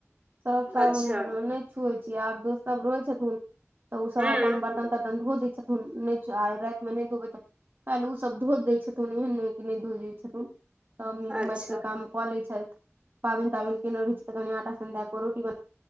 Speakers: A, on the right (about 45°); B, on the right (about 25°).
A: सरफ साबुन
B: अच्छा
A: नैय छुए छी आब दोस्त सब रहै छथिहीन तऽ ओसभ
B: हूँ
A: अपन बर्तन तर्तन धो दै छथन नहि आइ रातिमे नहि धोबै तऽ काल उ सब धो दै छथुन एहन नहि कि नहि धो दैथन सब मिल
B: अच्छा
A: माट के काम कऽ लै छथिन पाबन ताबिन कने रु छै तऽ कनि आटा सेन दे रोटी बन